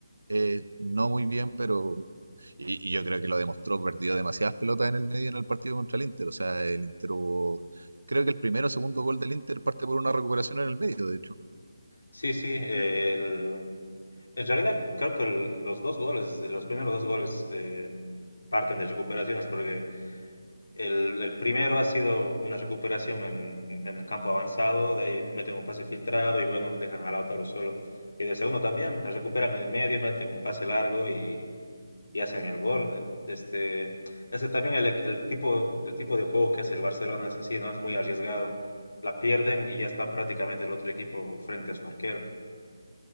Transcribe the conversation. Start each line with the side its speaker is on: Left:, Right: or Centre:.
Right: eh, no muy bien, pero... Y, y yo creo que lo demostró, perdió demasiadas pelotas en el medio en el partido contra el Inter. O sea, el Inter hubo... Creo que el primero o segundo gol del Inter parte por una recuperación en el medio, de hecho.
Left: Sí, sí, eh, el, en realidad creo que el- los dos goles, los primeros dos goles eh, parten de recuperaciones porque El, el primero ha sido una recuperación en, en un campo avanzado, de ahí meten un pase filtrado y bueno, dejan a Lautaro solo. Y del segundo también, la recuperan en el medio, meten un pase largo y, y hacen el gol. Este, ese también el, el, tipo, el tipo de juego que hace el Barcelona es así, ¿no? Es muy arriesgado. La pierden y ya está prácticamente el otro equipo frente a su arquero.